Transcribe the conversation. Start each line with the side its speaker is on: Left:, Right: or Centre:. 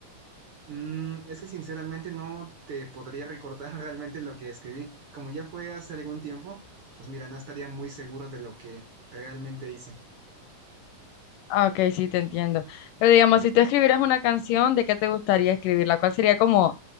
Right: Mm, es que sinceramente no te podría recordar <laughs> realmente lo que escribí. Como ya fue hace algún tiempo, pues mira, no estaría muy seguro de lo que realmente hice.
Left: Ah, ok, sí, te entiendo. Pero digamos, si tú escribieras una canción, ¿de qué te gustaría escribirla? ¿Cuál sería como